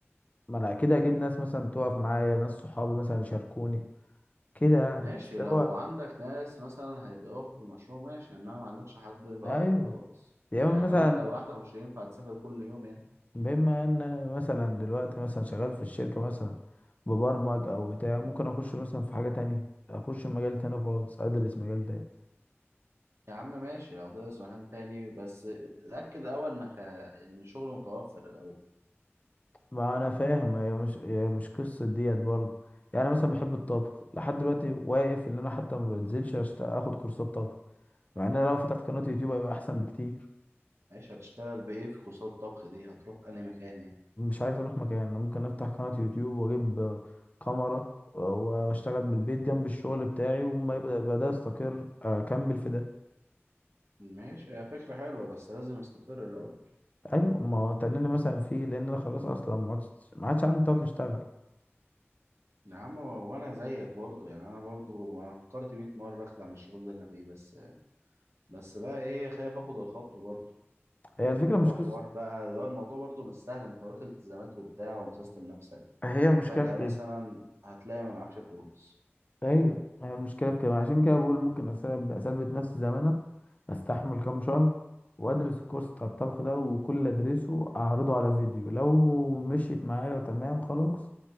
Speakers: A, on the left (about 30°); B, on the right (about 75°).
A: ما أنا أكيد هجيب ناس مثلا تقف معايا ناس صحابي مثلا يشاركوني كده يعني.
B: ماشي
A: بس
B: لو
A: هو
B: عندك ناس مثلا هيبدأوا في المشروع ماشي انما ما عندكش حد بقى
A: أيوه
B: خلاص
A: يا
B: يعني
A: إما مثلا
B: لو انت لوحدك مش هينفع تسافر كل يوم يعني
A: بما إن أنا مثلا دلوقتي مثلا شغال في الشركة مثلا ببرمج أو بتاع ممكن أخش مثلا في حاجة تانية أخش مجال تاني خالص أدرس مجال تاني
B: يا عم ماشي لو تدرس مكان تاني بس اتأكد اول انك ان شغل متوفر الاول
A: ما انا فاهم هي مش هي مش قصه ديت برضه يعني أنا مثلا بحب الطبخ لحد دلوقتي واقف ان انا حتى ما بنزلش أشت- اخد كورسات طبخ مع ان انا لو فتحت قناه يوتيوب هيبقى احسن بكتير
B: ماشي هتشتغل بايه في كورسات الطبخ دي هتروح انهي مكان يعني
A: مش عايز اروح مكان أنا ممكن افتح قناه يوتيوب واجيب آه، كاميرا آه، واشتغل من البيت جنب الشغل بتاعي وما يبقى يبقى ده استقر آه، اكمل في ده
B: ماشي هي فكرة حلوة بس لازم استقر الأول
A: ايوه ما هو تنيني مثلا فيه لان انا خلاص اصلا ما عدتش ما عادش عندي طاقه اشتغل
B: يا عم و- وأنا زيك برضه يعني أنا برضه أنا فكرت 100 مرة أخلع من الشغل اللي أنا فيه بس بس بقى إيه خايف آخد الخطوة برضه
A: هي الفكره
B: اللي
A: مش
B: هو
A: قصه
B: حوار بقى اللي هو الموضوع برضو مش سهل انت وراك التزامات وبتاع ومسيستم نفسك
A: هي المشكله
B: فجأة
A: في كده
B: مثلا هتلاقي ما معكش فلوس
A: ايوه هي المشكله في كده عشان كده بقول ممكن أساب- اثبت نفسي زي ما انا استحمل كام شهر وادرس الكورس بتاع الطبخ ده وكل اللي ادرسه اعرضه على فيديو لو مشيت معايا وتمام خلاص